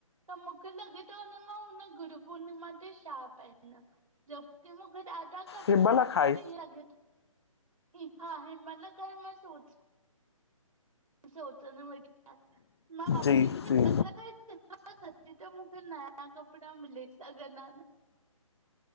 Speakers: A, on the right; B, on the left.
A: त मुंखे लॻे थोे मां हुन गुरू पूर्णिमा ते छा पाईदम जब की मुंखे ॾाढा कपड़ा
B: हिनमहिल
A: आहिन
B: खाई
A: पर इएं लॻे थो ही हा आहे मतलब घर में सोच सोचंदम वरी <unintelligible> <unintelligible>
B: जी जी
A: सच त मूंखे नया कपड़ा मिली सघंदा न